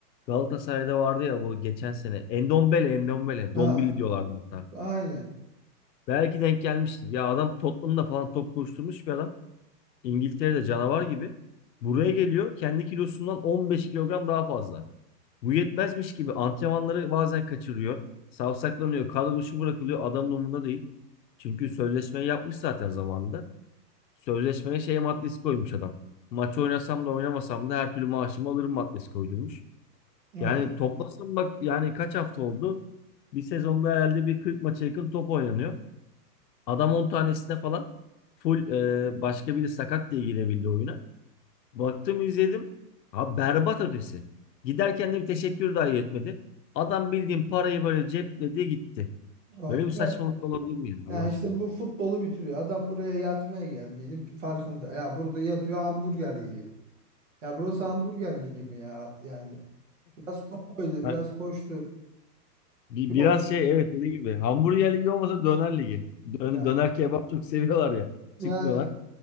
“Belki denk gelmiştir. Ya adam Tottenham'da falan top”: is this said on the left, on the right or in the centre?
Left